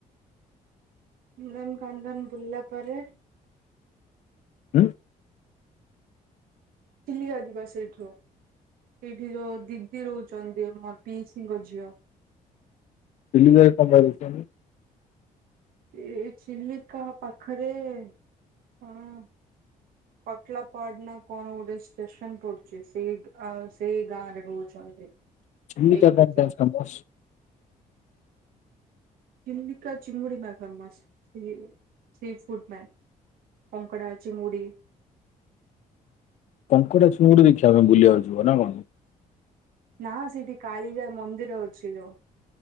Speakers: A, on the right; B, on the left.
A: ନନ୍ଦନକାନନ ବୁଲିଲା ପରେ
B: ହୁଁ।
A: ଚିଲିକା ଯିବା ସେଇଠୁ ସେଇଠି ଯୋଉ ଦିଦି ରହୁଛନ୍ତି ମୋର ପିଇସୀଙ୍କ ଝିଅ
B: ପିଇସୀଙ୍କ ଘରେ କଣ ପାଇଁ ରହୁଛନ୍ତି?
A: ଏଇ ଚିଲିକା ପାଖରେ କଣ? ପଟିଲା ପାଡ୍ ନା କଣ ଗୋଟେ ଷ୍ଟେସନ ପଡୁଛି ସେଇ ଆ ସେଇ ଗାଁ ରେ ରହୁଛନ୍ତି।
B: ଚିଲିକା
A: ସେଇଠି
B: <inaudible>
A: ଯୋଉ ଚିଲିିକା ଚିଙ୍ଗୁଡ଼ି ପାଇଁ ଫେମସ୍ ସେ ସି ଫୁଡ୍ ପାଇଁ। କଙ୍କଡ଼ା, ଚିଙ୍ଗୁଡ଼ି।
B: କଙ୍କଡା ଚୁଙ୍ଗୁଡ଼ି ଦେଖିବା ପାଇଁ ବୁଲିବାକୁ ଯିବ ନା କଣ?
A: ନା ସେଇଠି କାଳିଜାଈ ମନ୍ଦିର ଅଛି ଯୋଉ